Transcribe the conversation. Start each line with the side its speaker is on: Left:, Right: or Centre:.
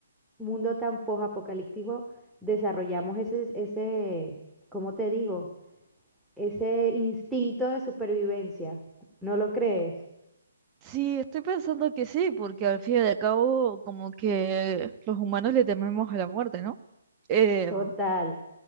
Centre: mundo tan posapocalíptico desarrollamos ese, ese, ¿cómo te digo? Ese instinto de supervivencia. ¿No lo crees?
Right: Sí, estoy pensando que sí, porque al fin y al cabo como que los humanos le tememos a la muerte, ¿no? Eh,
Centre: Total.